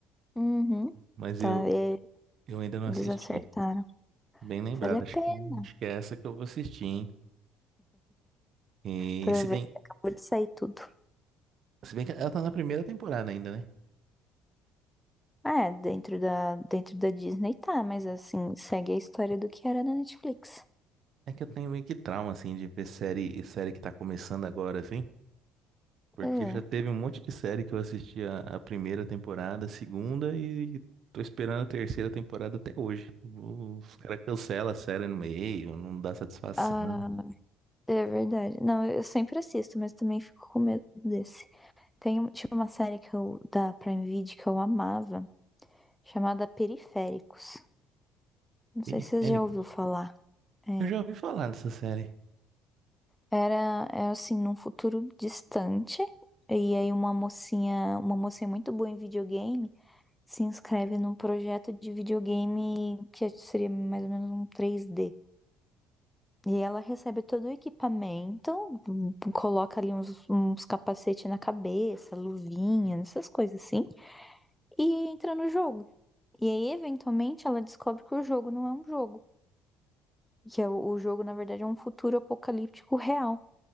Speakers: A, in the centre; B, on the right (about 55°).
A: Uhum.
B: Mas
A: Tá,
B: eu,
A: é,
B: eu ainda não
A: eles
B: assisti.
A: acertaram.
B: Bem lembrado,
A: Vale a
B: acho
A: pena.
B: que, acho que é essa que eu vou assistir, hein? E
A: Aproveita,
B: se bem,
A: acabou de sair tudo.
B: se bem que ela tá na primeira temporada ainda, né?
A: Ah, É, dentro da dentro da Disney tá, mas assim, segue a história do que era na Netflix.
B: É que eu tenho meio que trauma, assim, de ver série, série que tá começando agora, assim. Porque
A: É.
B: já teve um monte de série que eu assisti a, a primeira temporada, a segunda e tô esperando a terceira temporada até hoje. Os caras cancelam a série no meio, não dá satisfação.
A: Ah, É verdade. Não, eu sempre assisto, mas também fico com medo desse. Tem, um- tinha uma série que eu, da Prime Video que eu amava, chamada Periféricos. Não
B: Fini
A: sei se você
B: Fênix.
A: já ouviu falar. É.
B: Eu já ouvi falar dessa série.
A: Era, era assim, num futuro distante, e aí uma mocinha, uma mocinha muito boa em videogame, se inscreve num projeto de videogame que seria mais ou menos um 3D. E ela recebe todo o equipamento, hum, coloca ali uns, uns capacete na cabeça, luvinha, essas coisas assim, e entra no jogo. E aí, eventualmente, ela descobre que o jogo não é um jogo, que é o, o jogo, na verdade, é um futuro apocalíptico real.